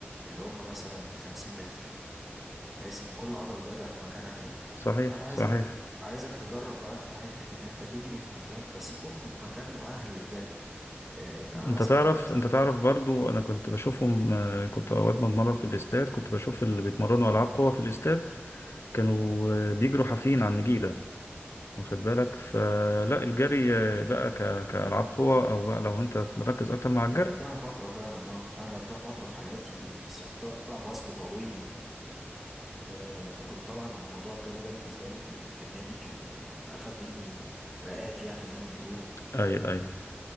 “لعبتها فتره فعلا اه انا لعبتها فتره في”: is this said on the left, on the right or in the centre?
Centre